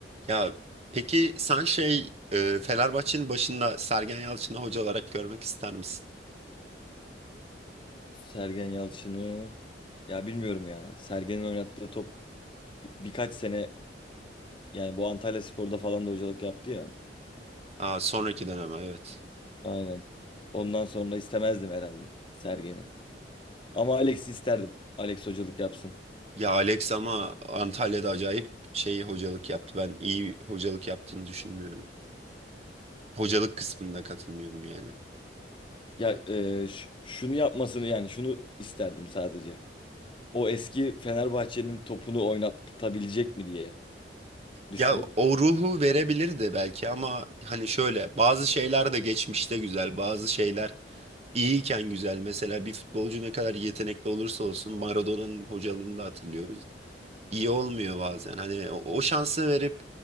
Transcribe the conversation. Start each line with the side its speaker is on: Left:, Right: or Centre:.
Right: Ya peki sen şey e, Fenerbahçe'nin başında Sergen Yalçın'ı hoca olarak görmek ister misin?
Left: Sergen Yalçın'ı ya bilmiyorum ya. Sergen'in oynattığı top bir- birkaç sene yani bu Antalyaspor'da falan da hocalık yaptı ya.
Right: Aa, sonraki döneme evet.
Left: Aynen. Ondan sonra istemezdim herhalde Sergen'i. Ama Alex'i isterdim. Alex hocalık yapsın.
Right: Ya Alex ama Antalya'da acayip şey hocalık yaptı. Ben iyi hocalık yaptığını düşünmüyorum. Hocalık kısmında katılmıyorum yani.
Left: Ya e, ş- şunu yapmasını yani şunu isterdim sadece. O eski Fenerbahçe'nin topunu oynatabilecek mi diye düşünüp.
Right: Ya o ruhu verebilirdi belki ama hani şöyle bazı şeyler de geçmişte güzel, bazı şeyler iyiyken güzel. Mesela bir futbolcu ne kadar yetenekli olursa olsun Maradona'nın hocalığını da hatırlıyoruz. iyi olmuyor bazen. Hani o, o şansı verip